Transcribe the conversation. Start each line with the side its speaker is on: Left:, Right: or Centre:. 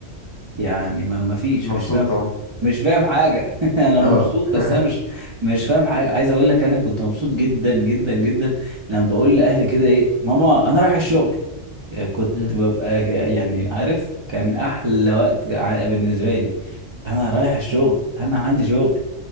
Right: يعني ما ما فيش
Left: مبسوط
Right: مش فاهم
Left: طبعا
Right: مش فاهم حاجة <laughs> أنا مبسوط
Left: اه <laughs>
Right: بس أنا مش مش فاهم حاجة عايز أقول لك أنا كنت مبسوط جدا جدا جدا لما بقول لأهلي كده إيه ماما أنا رايح الشغل يعني كنت
Left: مم.
Right: ببقى ك- يعني عارف كان أحلى وقت ع- بالنسبة لي أنا رايح الشغل أنا عندي شغل